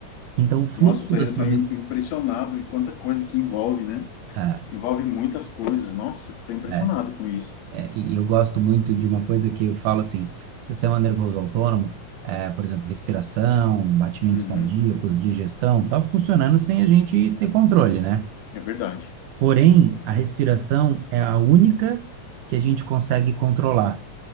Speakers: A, on the right; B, on the left.
A: Então, o fluxo
B: Nossa, eu tô,
A: da
B: eu
A: sua
B: tô im-
A: res-
B: impressionado e quanta coisa que envolve, né?
A: é,
B: Envolve muitas coisas. Nossa, eu tô impressionado
A: é,
B: com isso.
A: é, e eu gosto muito de uma coisa que eu falo assim, sistema nervoso autônomo, é, por exemplo, respiração, batimentos
B: Uhum.
A: cardíacos, digestão, tá funcionando sem a gente ter controle, né?
B: É verdade.
A: Porém, a respiração é a única que a gente consegue controlar